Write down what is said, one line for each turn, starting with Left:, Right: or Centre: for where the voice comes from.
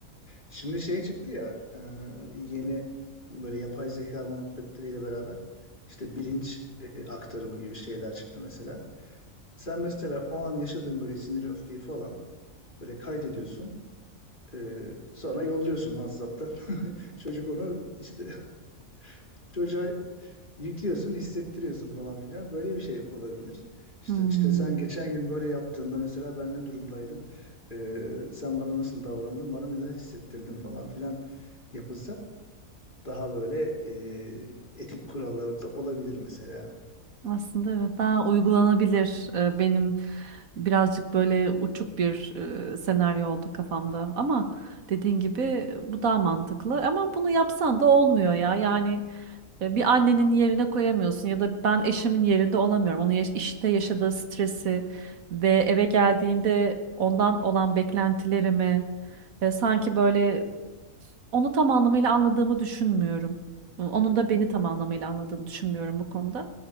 Left: şimdi şey çıktı ya e, yeni böyle yapay zeka muhabbetleriyle beraber işte bilinç e, aktarımı gibi şeyler çıktı mesela. Sen mesela o an yaşadığın böyle siniri, öfkeyi falan Böyle kaydediyorsun. Ee, sonra yolluyorsun WhatsApp'tan. <laughs> Çocuk onu işte <laughs> çocuğa yüklüyorsun, hissettiriyorsun falan filan. Böyle bir şey olabilir. İşte,
Right: Hmm.
Left: işte sen geçen gün böyle yaptığında mesela ben ne durumdaydım? Ee, sen bana nasıl davrandın? Bana neler hissettirdin falan filan yapılsa daha böyle e, etik kurallarında olabilir mesela.
Right: Aslında evet daha uygulanabilir e, benim birazcık böyle uçuk bir e, senaryo oldu kafamda ama dediğin gibi e, bu daha mantıklı ama bunu yapsan da olmuyor ya yani e, bir annenin yerine koyamıyorsun ya da ben eşimin yerinde olamıyorum onun yaş- işte yaşadığı stresi ve eve geldiğinde ondan olan beklentilerimi e, sanki böyle onu tam anlamıyla anladığımı düşünmüyorum. Onun da beni tam anlamıyla anladığını düşünmüyorum bu konuda.